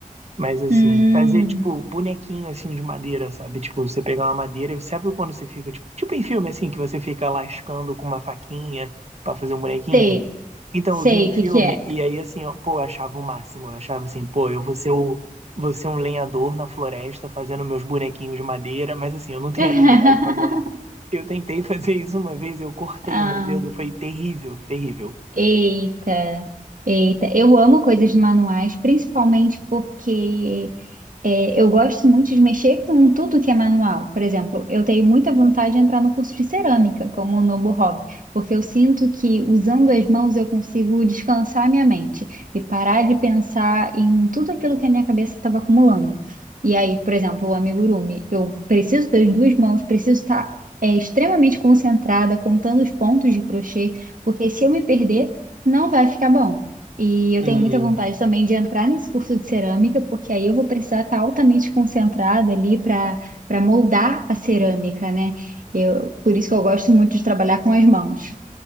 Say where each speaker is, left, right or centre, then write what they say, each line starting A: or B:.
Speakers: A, on the right; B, on the right.
A: Mas assim,
B: Hum.
A: fazer tipo bonequinho assim de madeira, sabe? Tipo, você pegar uma madeira, sabe quando você fica, tipo, tipo em filme assim, que você fica lascando com uma faquinha pra fazer um bonequinho?
B: Sei,
A: Então
B: sei
A: eu vi em
B: o
A: filme
B: que que é.
A: e aí assim, ó, pô, eu achava o máximo, eu achava assim, pô, eu vou ser o vou ser um lenhador na floresta fazendo meus bonequinhos de madeira, mas assim, eu não tenho
B: <laughs>
A: <laughs> habilidade manual. Eu tentei fazer isso uma vez, eu cortei
B: Ah,
A: o meu dedo, foi terrível, terrível.
B: eita, eita. Eu amo coisas manuais, principalmente porque É, eu gosto muito de mexer com tudo que é manual. Por exemplo, eu tenho muita vontade de entrar no curso de cerâmica, como um novo hobby, porque eu sinto que usando as mãos eu consigo descansar a minha mente e parar de pensar em tudo aquilo que a minha cabeça estava acumulando. E aí, por exemplo, o amigurumi, eu preciso das duas mãos, preciso estar, é, extremamente concentrada, contando os pontos de crochê, porque se eu me perder, não vai ficar bom. E eu
A: Hum.
B: tenho muita vontade também de entrar nesse curso de cerâmica, porque aí eu vou precisar estar altamente concentrada ali para para moldar a cerâmica, né? Eu, por isso que eu gosto muito de trabalhar com as mãos.